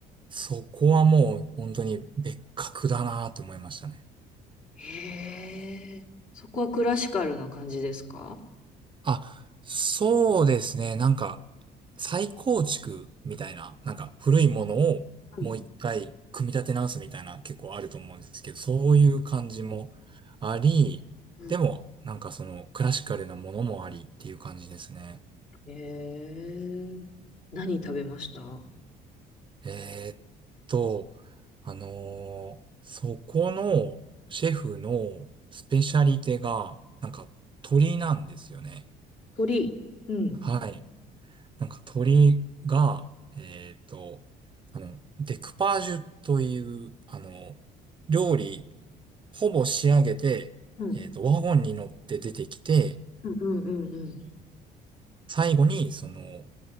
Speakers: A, on the right; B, on the left.
A: そこはもう本当に別格だなと思いましたね。
B: へえ、そこはクラシカルな感じですか
A: あ、そうですね。なんか、再構築みたいな、なんか古いものをもう一回組み立て直すみたいな結構あると思うんですけど、
B: うん
A: そういう感じもあり、
B: うん
A: でも、なんかそのクラシカルなものもありっていう感じですね。
B: へえ、何食べました
A: えーっと、あのーそこのシェフのスペシャリテが、なんか鳥なんですよね。
B: 鳥。うん。
A: はい。なんか鳥が、えっと、あの、デクパージュという、あの、料理、ほぼ仕上げて、
B: うん
A: えっと、ワゴンに乗って出てきて、
B: うんうんうんうん。
A: 最後に、その、え